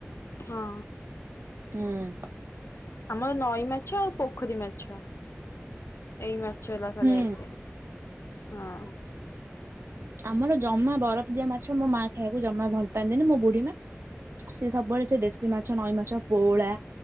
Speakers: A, on the left (about 70°); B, on the right (about 65°).
A: ହଁ
B: ହୁଁ
A: ଆମର ନଈ ମାଛ ଆଉ ପୋଖରୀ ମାଛ। ଏଇ ମାଛଲା ଖାଲି
B: ହୁଁ
A: ଆସେ ହଁ।
B: ଆମର ଜମା ବରଫ ଦିଆ ମାଛ ମୋ ମା ଖାଇବାକୁ ଜମା ଭଲ ପାଆନ୍ତିନି, ମୋ ବୁଢୀ ମା ସିଏ ସବୁବେଳେ ସେ ଦେଶୀ ମାଛ ନଈ ମାଛ ପୋଉଳା,